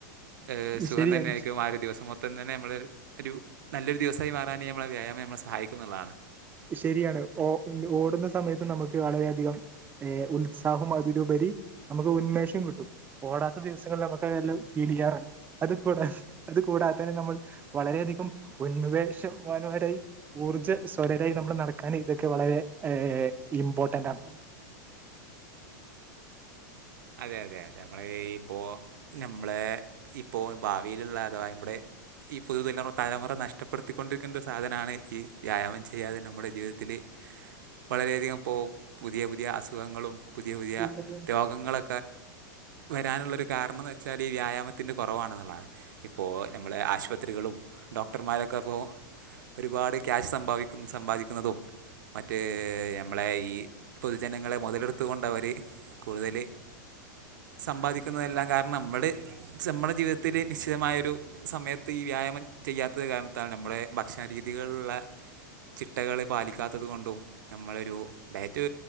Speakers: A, on the right; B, on the right.
A: ഏഹ് സുഖം
B: ശരിയാണ്
A: തന്നെ ആരിക്കും ആ ഒരു ദിവസം മൊത്തം തന്നെ നമ്മള് ഒരു നല്ലൊരു ദിവസായി മാറാൻ നമ്മളെ വ്യായാമം നമ്മളെ സഹായിക്കും എന്നുള്ളതാണ്
B: ശരിയാണ് ഓ ഓടുന്ന സമയത്ത് നമുക്ക് വളരെയധികം ഏഹ് ഉത്സാഹവും അതിലുപരി നമുക്ക് ഉന്മേഷോം കിട്ടും ഓടാത്ത ദിവസങ്ങളിൽ നമുക്ക് <unintelligible> ഫീല് ചെയ്യാറുണ്ട് അത് കുട അത്കൂടാത്തന്നെ നമ്മള് വളരെയധികം ഉന്മേഷവാൻ വരായി ഊർജ സ്വരരായി നമ്മള് നടക്കാൻ ഇതൊക്കെ വളരെ ഏഹ് ഇമ്പോർട്ടന്റ് ആണ്.
A: അതെ അതെ അതെ നമ്മള് ഇപ്പോ ഞമ്മളെ ഇപ്പോ ബാവിലുള്ള അഥവാ ഇമ്മടെ ഈ പുതുതല തലമുറ നഷ്ടപ്പെടുത്തിക്കൊണ്ടിരിക്കേണ്ട ഒരു സാധനാണ് ഈ വ്യായാമം ചെയ്യാതെ നമ്മുടെ ജീവിതത്തി ല് വളരെയധികം പോ പുതിയ പുതിയ അസുഖങ്ങളും പുതിയ പുതിയ
B: സ്പീക്കറിൽ
A: രോഗങ്ങളൊ വരാനൊള്ളൊരു കാരണംന്ന് വെച്ചാല് ഈ വ്യായാമത്തിന്റെ കൊറവാണെന്നുള്ളതാണ് ഇപ്പോ ഞമ്മള് ആശുപത്രി കളും ഡോക്ടർമാരൊക്കെ ഇപ്പോ ഒരുപാട് ക്യാഷ് സബ സമ്പാദിക്കുന്നതും മറ്റേ ഞമ്മളെ ഈ പൊതുജനങ്ങളെ മോതലെടുത്തുകൊണ്ടവര് കൂടുതല് സമ്പാദിക്കുന്നതെല്ലാം കാരണം നമ്മള് നമ്മടെ ജീവിതത്തില് നിശ്ചിതമായൊരു സമയത്ത് ഈ വ്യായാമം ചെയ്യാത്തത് കാരണത്തൽ ഞമ്മടെ ഭക്ഷണ രീതികൾള്ള ചിട്ടകള് പാലിക്കാത്തത് കൊണ്ടും ഞമ്മളൊരു ഡയറ്റ്